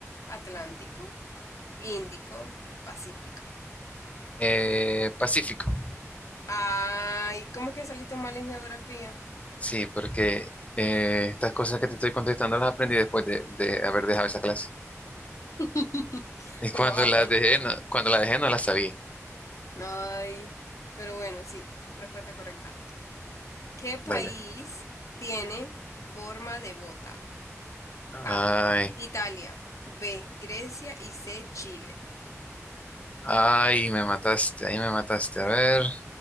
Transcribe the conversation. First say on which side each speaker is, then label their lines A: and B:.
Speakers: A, on the left; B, on the left.
A: Atlántico, Índico, Pacífico.
B: Eh, Pacífico.
A: Ay, ¿cómo es que saliste mal en geografía?
B: Sí, porque eh, estas cosas que te estoy contestando las aprendí después de, de haber dejado esa clase.
A: <laughs>
B: Y cuando
A: Como a
B: la
A: huevo.
B: dejé, no, cuando la dejé no la sabía.
A: Ay, pero bueno, sí, respuesta correcta. ¿Qué país
B: Dale.
A: tiene forma de bota?
B: Ay,
A: A. Italia. B. Grecia. Y C. Chile.
B: ay, me mataste, ahí me mataste. A ver,